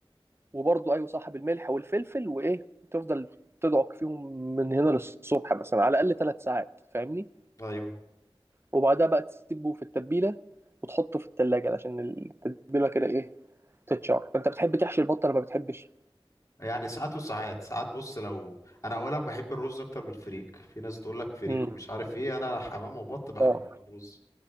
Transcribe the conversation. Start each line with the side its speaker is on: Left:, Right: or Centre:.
Right: وبرضه ايوه صاحب الملح والفلفل وايه تفضل تدعك فيهم من هنا للصبح مثلا على الاقل ثلاث ساعات فاهمني
Left: ايوه
Right: وبعدها بقى تسيبه في التتبيله وتحطه في التلاجة عشان التتبيله كده ايه تتشار فانت بتحب تحشي البطه ولا ما بتحبش
Left: يعني ساعات وساعات ساعات بص لو انا اولا بحب الرز اكتر من الفريك في ناس تقول لك فريك
Right: امم
Left: ومش عارف ايه انا حمام وبط بحبهم
Right: اه
Left: بالرز